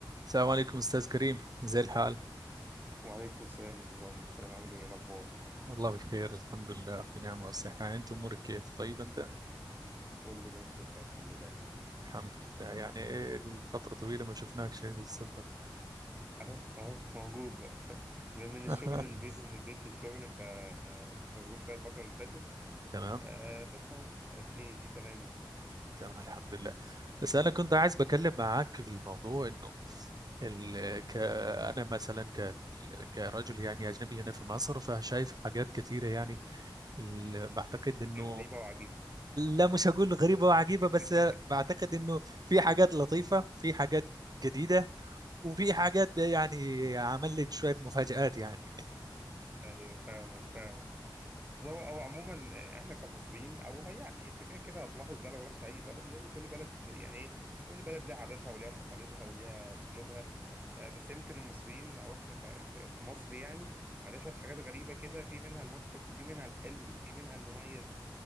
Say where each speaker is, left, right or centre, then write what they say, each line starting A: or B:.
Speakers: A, on the right; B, on the right.
A: السلام عليكم أستاذ كريم زي الحال
B: وعليكم السلام استاذ عبد السلام عامل ايه إيه الاخبار
A: والله بخير الحمد لله في نعمة وصحة أنت أمورك كيف طيب أنت
B: كله ماشي الحال الحمد لله
A: الحمد لله يعني إيه الفترة طويلة ما شفناكش للسبب
B: اهو اهو موجود بقى من
A: <laughs>
B: من الشغل للبيت ومن البيت للشغل فكنت مشغول شويه الفتره اللي فاتت
A: تمام
B: آه بس اهو اديني تمام يعني
A: تمام الحمد لله بس أنا كنت عايز بكلم معاك في الموضوع إنه ال... ك... أنا مثلا ك... كرجل يعني أجنبي هنا في مصر فشايف حاجات كتيرة يعني ال... بعتقد إنه
B: غريبه وعجيبه
A: لا مش هقول غريبة وعجيبة
B: <laughs>
A: بس بعتقد إنه في حاجات لطيفة في حاجات جديدة وفي حاجات ده يعني عملت شوية مفاجآت يعني
B: ايوه فاهمك فاهمك بس هو او عموما احنا كمصريين او هي انت كده كده هتلاحظ ده لو رحت اي بلد لان كل بلد زي- يعني ايه كل بلد ليها عاداتها وليها تقاليدها وليها اسلوبها آه، بس يمكن المصريين او احنا ك... ك... في مصر يعني عندنا شويه حاجات غريبه كده في منها المضحك وفي منها الحلو وفي منها المميز